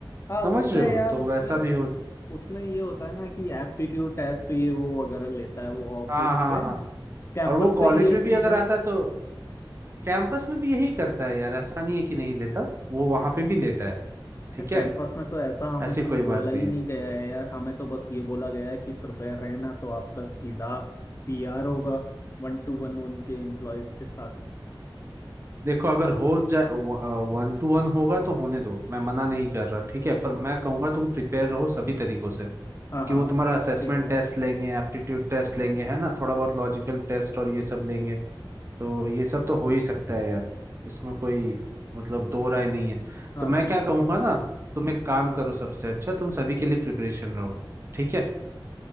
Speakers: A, on the left; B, on the right.
A: हाँ
B: समझ
A: उसमें
B: रहे हो
A: यार
B: तो
A: उसमें
B: वैसा भी हो
A: उसमें ये होता है ना कि एप्टीट्यूड टेस्ट ये वो वगैरह लेता है वो ऑफ
B: हाँ
A: उस
B: हाँ
A: पे
B: हाँ
A: कैंपस
B: और वो
A: पे
B: कॉलेज
A: ये
B: में भी
A: चीजें
B: अगर आता है तो कैंपस में भी यही करता है यार ऐसा नहीं है कि नहीं लेता वो वहां पे भी लेता है ठीक
A: यार
B: है
A: कैंपस में तो ऐसा हमें
B: ऐसी
A: कुछ
B: कोई
A: बोला
B: बात
A: ही
B: नहीं है
A: नहीं गया है यार हमें तो बस ये बोला गया है कि प्रिपेयर रहना तो आपका सीधा पीआर होगा वन टू वन उनके एम्प्लॉयज के साथ
B: देखो अगर हो जाए वन टू वन होगा तो होने दो मैं मना नहीं कर रहा ठीक है पर मैं कहूंगा तुम प्रिपेयर रहो सभी तरीकों से
A: हाँ हाँ
B: कि वो तुम्हारा असेसमेंट
A: ठीक है
B: टेस्ट लेंगे एप्टीट्यूड टेस्ट लेंगे है ना थोड़ा बहुत लॉजिकल टेस्ट और ये सब लेंगे तो ये सब तो हो ही सकता है यार इसमें कोई मतलब दो राय नहीं है
A: हाँ
B: तो मैं
A: हाँ
B: क्या कहूँगा ना तुम एक काम करो सबसे अच्छा तुम सभी के लिए प्रिपरेशन रहो ठीक है